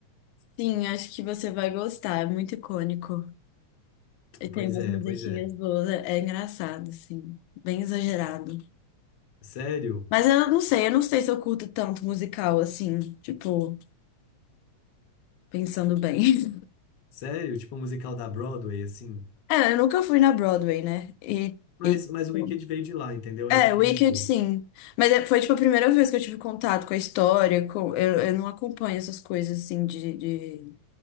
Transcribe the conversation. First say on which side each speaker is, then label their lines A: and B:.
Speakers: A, on the left; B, on the left.
A: Sim, acho que você vai gostar, é muito icônico. E tem
B: Pois
A: umas
B: é,
A: musiquinhas
B: pois é.
A: boas, é, é engraçado, assim, bem exagerado.
B: Sério?
A: Mas eu não sei, eu não sei se eu curto tanto musical, assim, tipo, pensando bem. <laughs>
B: Sério? Tipo um musical da Broadway, assim.
A: É, eu nunca fui na Broadway, né? E,
B: Mas,
A: e tipo,
B: mas o Wicked veio de lá, entendeu?
A: é,
B: É isso que eu
A: Wicked,
B: quis dizer.
A: sim. Mas é- foi, tipo, a primeira vez que eu tive contato com a história, com, eu, eu não acompanho essas coisas, assim, de, de,